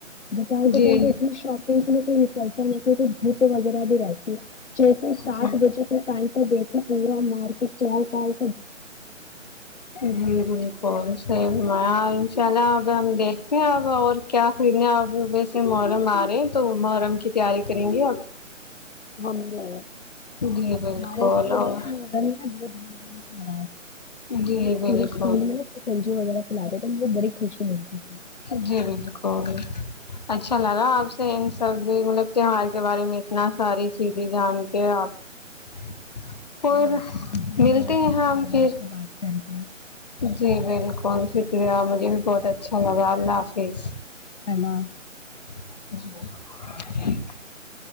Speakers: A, on the left (about 60°); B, on the left (about 30°).
A: دوپہر کے
B: جی
A: ٹائم تو اتنی شاپنگ کے لیے کوئی نکلتا نہیں کیونکہ ب وغیرہ بھی جیسے سات
B: جی
A: بجے کے ٹائم پر بیٹھے ملا مارک کیا حال خال
B: جی جی صح ان شاء اللہ اب ہم دیکھتے ہیں اب اور کیا خریدنے اب ویسے محرم آ رہے ہیں تو محرم کی تیاری کریں گے اب
A: ہم نے
B: جی بالکل
A: ہمارے اسکول
B: اور
A: میں نا
B: جی
A: ا پورے
B: بالکل
A: اسکول میں سنجو وغیرہ کلا رہے تو مجھے بڑی خوشی ملتی تھی
B: جی بالکل اچھا لگا آپ سے ان سب مطلب تیوار کے بارے میں اتنا ساری چیزیں جان کے آپ اور
A: بالکل مجھے بھی
B: ملتے
A: بہت
B: ہیں
A: اچھا
B: یہاں ہم
A: لگا
B: پھر
A: آپ سے بات کر کے
B: جی بالکل شکریہ مجھے بھی بہت اچھا لگا اللہ حافظ
A: اللہ
B: ج